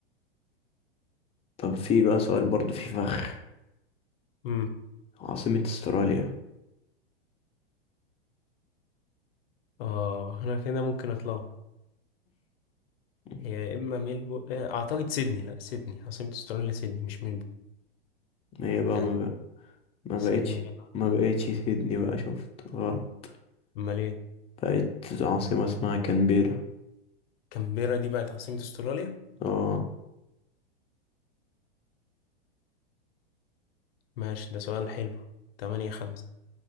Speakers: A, on the left; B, on the left.
A: طب في بقى سؤال برضه في فخ
B: أمم
A: عاصمة استراليا
B: آه هنا كده ممكن أتلخبط
A: <laughs>
B: هي يا اما ميلبو آه، اعتقد سيدني لا سيدني عاصمة استراليا سيدني مش ميلبو
A: هي بقى
B: يعني
A: ما, بقى ما
B: سيدني
A: بقتش ما بقتش سيدني بقى شفت غلط
B: امال ايه
A: بقت عاصمة اسمها كانبيرا
B: كامبيرا دي بقت عاصمة استراليا
A: اه
B: ماشي ده سؤال حلو تمانية خمسة